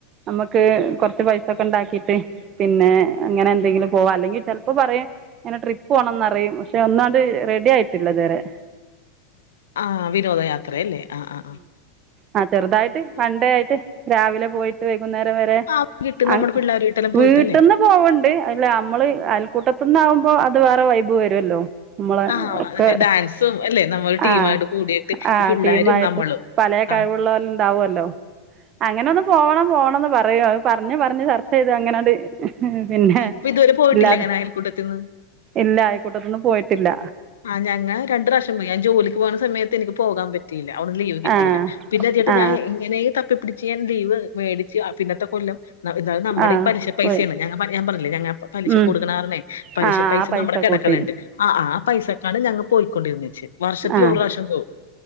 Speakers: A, on the right; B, on the left.
A: നമ്മക്ക് കൊർച്ച് പൈസൊക്കെ ണ്ടാക്കിട്ട് പിന്നെ അങ്ങനെ എന്തെങ്കിലും പോവാ അല്ലെങ്കി ചെൽപ്പം പറയും ങ്ങനെ ട്രിപ്പോണംന്നറിം. പക്ഷെ ഒന്നാണ്ട് റെഡി ആയിട്ടില്ലതുവരെ
B: ആഹ് വിനോദയാത്ര അല്ലേ ആഹ് ആഹ് ആഹ്
A: ആഹ് ചെറുതായിട്ട് വൺഡേ ആയിട്ട് രാവിലെ പോയിട്ട് വൈകുന്നേരം വരെ
B: ആ കിട്ടും നമ്മുടെ
A: അങ്
B: പിള്ളേരുമായിട്ടെല്ലാം
A: വീട്ട്ന്ന്
B: പോയിട്ടല്ലേ
A: പോവ്ണ്ട് അല്ല അമ്മള് അയൽക്കൂട്ടത്ത്ന്നാകുമ്പോ അത് വേറെ വൈബ് വരല്ലോ മ്മളെ
B: ആ
A: ഒക്കെ
B: ഡാൻസും അല്ലേ നമ്മൾ ടീമായിട്ട്
A: ആഹ്
B: കൂടിയിട്ട്
A: ആഹ്
B: ഈ പിള്ളേരും
A: <unintelligible>
B: നമ്മളും
A: പലേ കഴിവുള്ളോല്ല്
B: ആ
A: ഇണ്ടാവല്ലോ അങ്ങനൊന്ന് പോണം പോണംന്ന് പറയും അഅ് പറഞ്ഞ് പറഞ്ഞ് ചർച്ച ചെയ്ത് അങ്ങനാണ്ട് പിന്നെ
B: അപ്പൊ ഇതുവരെ പോയിട്ടില്ല
A: ഇല്ലാതെ
B: അങ്ങനെ അയൽക്കൂട്ടത്തിന്ന്
A: ഇല്ല അയൽക്കൂട്ടത്ത്ന്ന് പോയിട്ടില്ല
B: ആഹ് ഞങ്ങ രണ്ട് പ്രാശ്യം പോയി ഞാൻ ജോലിക്ക് പോകുന്ന സമയത്ത് എനിക്ക് പോകാൻ പറ്റിയില്ല അവുട്ന്ന് ലീവ് കിട്ടിയില്ല.
A: ആ
B: പിന്നെ അട്ട്
A: ആ
B: ഞാ എങ്ങനെ തപ്പിപ്പിടിച്ച് ച്ച് ഞാൻ ലീവ് മേടിച്ച് ആഹ് പിന്നത്തെ കൊല്ലം ഇത് നമ്മുടെ
A: ആഹ്
B: ഈ പലിശ പൈസയാണ്
A: പോയി
B: ഞങ ഞാൻ പറഞ്ഞില്ലേ ഞങ്ങ പലിശ
A: ഉം
B: കൊടുക്ക്ണ കാറണേ പലിശ
A: ആഹ്
B: പൈസ
A: ആ
B: നമ്മുടെ കിടക്ക്ണ്
A: കൂട്ടി
B: ണ്ട് ആഹ് ആഹ് ആ പൈസക്കാണ് ഞങ്ങ പോയിക്കൊണ്ടിരുന്നച്ച് വർഷത്തില്
A: ആഹ്
B: ഒര്റാഷം പോവും